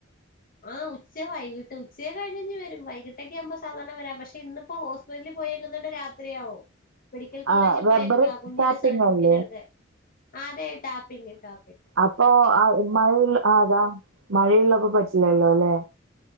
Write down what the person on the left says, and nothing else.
ആഹ് ഉച്ച വൈകിട്ട് ഉച്ച കഴിഞ് വരും വൈകിട്ടൊക്കെ ആഗുമ്പോ സാധാരണ വരാം പക്ഷെ ഇന്നിപ്പോ ഹോസ്പിറ്റലി പോയേക്കണ്ട് രാത്രിആവും മെഡിക്കൽ കോളേജിൽ
പോയേക്ക കുഞ്ഞിന്റെ
സർട്ടിഫിക്കറ്റ്
എടുകാണാ. അതെ ട്ടാപിംഗ് ട്ടാ.